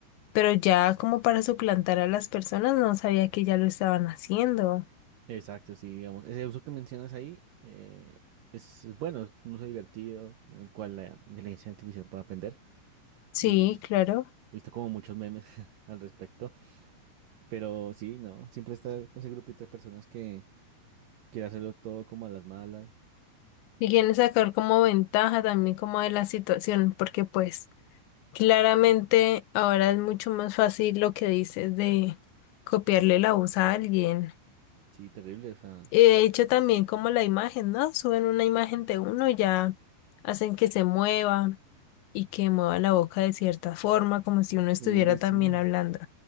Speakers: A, on the left; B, on the right.
A: Pero ya como para suplantar a las personas, no sabía que ya lo estaban haciendo.
B: Exacto, sí, digamos. Ese uso que mencionas ahí eh, es, es bueno, es un uso divertido en el cual la inteligencia artificial puede aprender
A: Sí,
B: y he
A: claro.
B: visto como muchos memes <laughs> al respecto, pero sí, no, siempre está ese grupito de personas que quiere hacerlo todo como a las malas.
A: Y quieren
B: Uf,
A: sacar como ventaja también como de la situación, porque pues claramente ahora es mucho más fácil lo que dices de copiarle la voz a alguien.
B: sí, terrible, o sea.
A: Y de hecho también como la imagen, ¿no? Suben una imagen de uno, y ya hacen que se mueva y que mueva la boca de cierta forma, como si uno estuviera
B: Uy, sí.
A: también hablando.